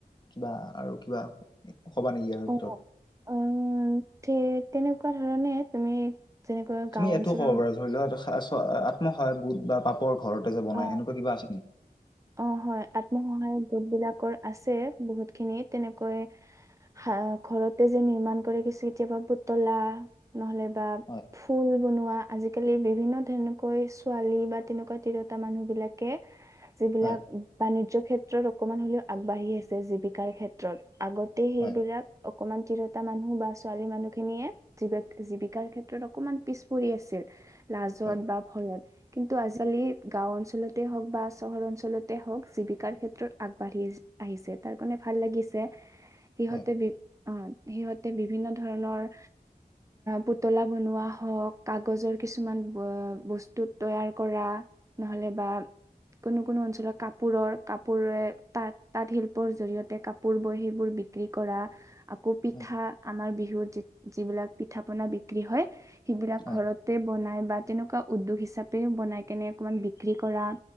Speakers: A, on the left; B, on the right.
A: কিবা আৰু কিবা ক'বা নেকি আৰু
B: অ
A: ভিতৰত
B: অ ঠিক তেনেকুৱা ধৰণে তুমি যেনেকৈ
A: তুমি
B: গাঁও
A: এইটোও
B: অঞ্চলৰ
A: ক'ব পাৰা ধৰি লোৱাক আত্মসহায়ক গোট বা পাপৰ ঘৰতে যে বনাই
B: অ
A: এনেকুৱা কিবা আছে নেকি
B: অ হয় আত্মসহায় গোট বিলাকৰ আছে বহুত খিনি তেনেকৈ হা ঘৰতে যে নিৰ্মাণ কৰে কিছু কেতিয়াবা পুতলা নহ'লে বা
A: হয়,
B: ফুল বনোৱা আজিকালি বিভিন্ন ধেনেকৈ ছোৱালী বা তেনেকুৱা তিৰতা মানুহ বিলাকে যিবিলাক
A: হয়,
B: বাণিজ্য ক্ষেত্ৰত অকমান হ'লেও আগবাঢ়ি আছে জীৱিকাৰ ক্ষেত্ৰত আগত তে সেইবিলাক
A: হয়,
B: অকমান তিৰতা মানুহ বা ছোৱালী মানুহ খিনিয়ে জীবাক জীৱিকাৰ ক্ষেত্ৰত অকমান পিছ পৰি আছিল লাজত
A: হয়,
B: বা ভয়ত কিন্তু আজিকালি গাঁও অঞ্চলতে হওক বা চহৰ অঞ্চলতে হওঁক জীৱিকাৰ ক্ষেত্ৰত আগবাঢ়ি আহিছে তাৰ কাৰণে ভাল লাগিছে। সিহঁতে
A: হয়,
B: বি অ' সিহঁতে বিভিন্ন ধৰণৰ পুতলা বনোৱা হওঁক কাগজৰ কিছুমান বস্তু তৈয়াৰ কৰা। নহ'লে বা কোনো কোনো অঞ্চলৰ কাপোৰৰ কাপোৰে তাঁত তাঁত শিল্পৰ জৰিয়তে কাপোৰ বয় সেইবোৰ বি ক্ৰী কৰা। আকৌ পিঠা
A: হয়,
B: আমাৰ বিহুত যি যিবিলাক পিঠা পনা বিক্ৰী হয় সেইবিলাক
A: হয়,
B: ঘৰত তে বনাই বা তেনেকুৱা উদ্যোগ হিচাপেও বনাই কেনে অকমান বিক্ৰী কৰা